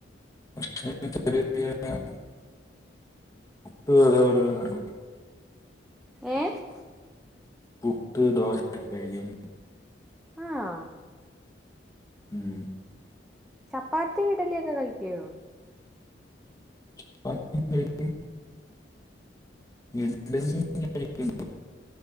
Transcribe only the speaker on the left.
പക്ഷേ ചെറിയ ചെറിയ <unintelligible> അതേപോലുള്ള സാനങ്ങളും
പുട്ട് ദോശയൊക്കെ കഴിക്കും
ഉം
ചപ്പാത്തി കഴിക്കും ഇഡലി കഴിക്കും